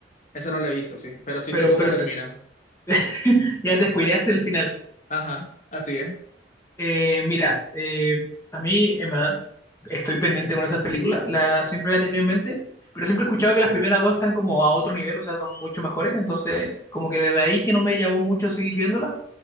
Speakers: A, on the left; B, on the left.
A: Eso no lo he visto, sí, pero sí
B: pero,
A: sé cómo
B: pero
A: termina.
B: te- <laughs> ya te spoileaste el final.
A: Ajá, así es.
B: Eh, mira, eh, a mí, en verdad, estoy pendiente con esas películas, la, siempre la he tenido en mente, pero siempre he escuchado que las primeras dos están como a otro nivel, o sea, son mucho mejores, entonces como que desde ahí que no me llamó mucho seguir viéndola,